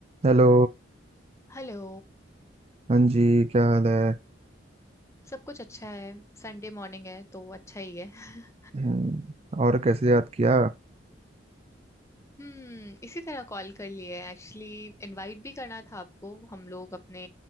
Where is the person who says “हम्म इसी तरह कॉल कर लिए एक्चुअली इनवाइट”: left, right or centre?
Left